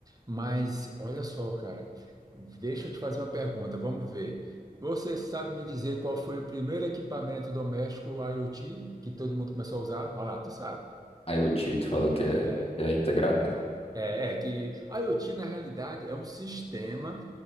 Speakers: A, on the right; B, on the left.
A: Mas olha só, cara, deixa eu te fazer uma pergunta, vamos ver. Você sabe me dizer qual foi o primeiro equipamento doméstico IoT que todo mundo começou a usar? Olha lá, tu sabe.
B: Aí o Tito fala que é,
A: É,
B: que é integrado, né?
A: é, é que a IoT, na realidade, é um sistema